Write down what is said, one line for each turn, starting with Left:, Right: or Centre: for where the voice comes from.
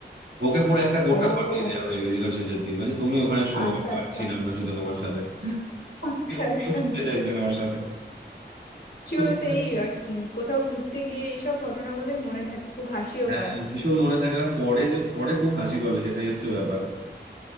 Right: ওকে পুরো একটা গোটা
Left: ও
Right: ঘর দিয়ে দেওয়া হয়ে গেছিল শেষের দিন মানে তুমি ওখানে শোয়া
Left: আচ্ছা
Right: পারছি
Left: আচ্ছা
Right: না আমরা শুধু তোমার সাথে
Left: আচ্ছা
Right: কেউ
Left: আচ্ছা
Right: কেউ শুনতে চাইছে না আমার সাথে
Left: কি
Right: তুমি
Left: বলতো এই আর উম কোথাও ঘুরতে গিয়ে এইসব ঘটনাগুলোই মনে থাকে খুব হাসিও
Right: হ্যাঁ
Left: পায়
Right: হ্যাঁ, ভীষণ মনে থাকবে আর পরে যে পরে খুব হাসি পাবে সেটাই হচ্ছে ব্যাপার